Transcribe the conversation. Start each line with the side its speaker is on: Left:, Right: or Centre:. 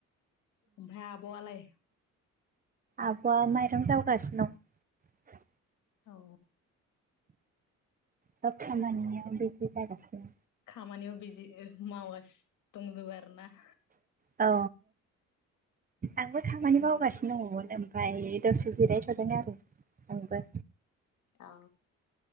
Left: ओमफाय आब'आलाय?
Right: आब'आ माइरं जावगासिनो दं।
Left: औ।
Right: दा खामानियाव बिजि जागासिनो।
Left: खामानियाव बिजि ओ मावगासिनो दंङो आरो ना?
Right: औ। आंबो खामानि मावगासिनो दङमोन ओमफाय दसे जिरायथ'दों आरो। आंबो।
Left: अ।